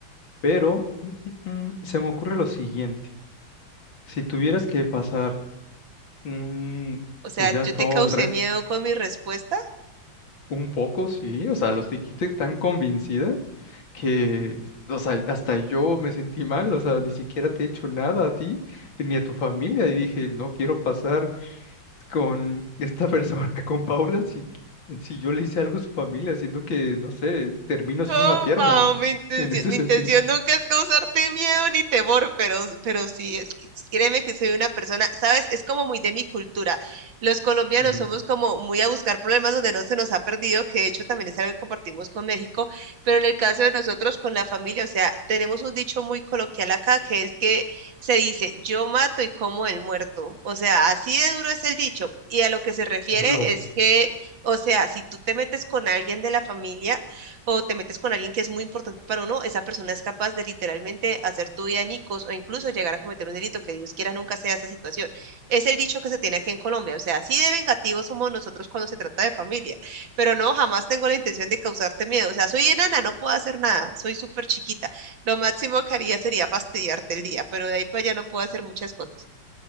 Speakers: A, on the left; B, on the right.
A: Pero mm, se me ocurre lo siguiente. Si tuvieras que pasar, mm,
B: O sea,
A: pues ya
B: yo
A: todo
B: te causé
A: el resto,
B: miedo con mi respuesta.
A: un poco, sí, o sea, los dijiste tan convencida que, o sea, hasta yo me sentí mal, o sea, ni siquiera te he hecho nada a ti ni a tu familia. Y dije, no quiero pasar con esta persona, <laughs> con Paula, si, si yo le hice algo a su familia, siento que, no sé, termino sin
B: No,
A: una pierna
B: Pau, mi intención,
A: en ese
B: mi
A: sentido.
B: intención nunca es causarte miedo ni temor, pero, pero sí, es que créeme que soy una persona, ¿sabes? Es como muy de mi cultura. Los colombianos
A: Ujú.
B: somos como muy a buscar problemas donde no se nos ha perdido, que de hecho también es algo que compartimos con México, pero en el caso de nosotros con la familia, o sea, tenemos un dicho muy coloquial acá, que es que se dice, yo mato y como el muerto. O sea, así de duro es el dicho. Y a lo que se refiere
A: Hola.
B: es que... O sea, si tú te metes con alguien de la familia, o te metes con alguien que es muy importante para uno, esa persona es capaz de literalmente hacer tu vida añicos o incluso llegar a cometer un delito que Dios quiera nunca sea esa situación. Es el dicho que se tiene aquí en Colombia, o sea, así de vengativos somos nosotros cuando se trata de familia, pero no, jamás tengo la intención de causarte miedo, o sea, soy enana, no puedo hacer nada, soy súper chiquita, lo máximo que haría sería fastidiarte el día, pero de ahí para allá no puedo hacer muchas cosas,